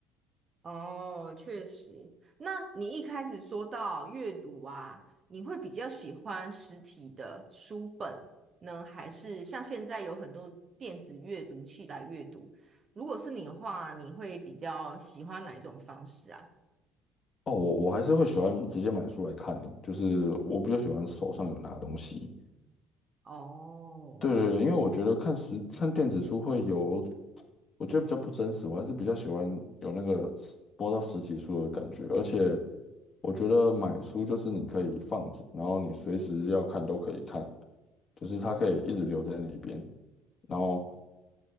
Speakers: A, on the right; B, on the left.
A: 哦，确实。那你一开始说到阅读啊，你会比较喜欢实体的书本呢，还是像现在有很多电子阅读器来阅读？如果是你的话，你会比较喜欢哪一种方式啊？
B: 哦，我我还是会喜欢直接买书来看，就是我比较喜欢手上有拿东西。
A: 哦，
B: 对对对，因为我觉得看实看电子书会有，我觉得比较不真实，我还是比较喜欢有那个实摸到实体书的感觉，而且我觉得买书就是你可以放着，然后你随时要看都可以看，就是它可以一直留在那边，然后